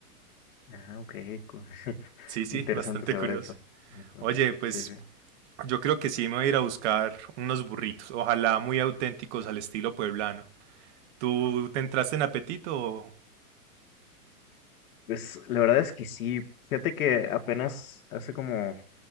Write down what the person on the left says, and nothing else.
Ah, ok. co- <laughs>
Interesante
saber
eso. Ajá,
Sí, sí.
Pues la verdad es que sí. Fíjate que apenas hace como